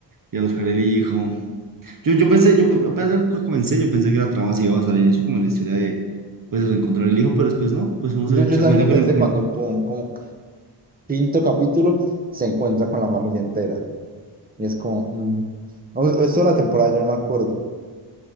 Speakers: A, on the right; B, on the right.
A: y a buscar el hijo. Yo, yo pensé, yo, yo pensé, cuando comencé, yo pensé que la trama se iba a basar en eso, como en la historia de, pues, eso, encontrar el hijo, pero después no, pues uno
B: Yo,
A: se,
B: yo
A: se
B: también
A: cuenta
B: lo
A: que
B: pensé
A: lo encuentra.
B: cuando, pum, como quinto capítulo, se encuentra con la familia entera. Y es como, mm. o, o es toda la temporada, yo no me acuerdo.